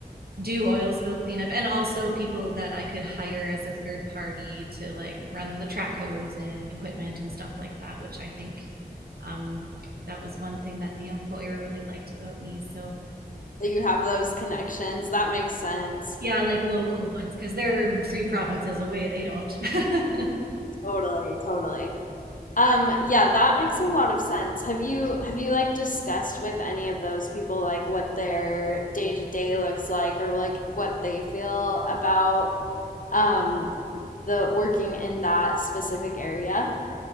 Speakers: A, on the right (about 70°); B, on the left (about 55°).
A: do oil spill cleanup and also people that I could hire as a third party to like run the track hose and equipment and stuff like that, which I think um, that was one thing that the employer really liked about me. So
B: that you have those connections. That makes sense.
A: yeah, like local ones because they're three provinces away. They don't. <laughs>
B: Totally, totally. Um, yeah, that makes a lot of sense. Have you have you like discussed with any of those people like what their day to day looks like or like what they feel about um the working in that specific area?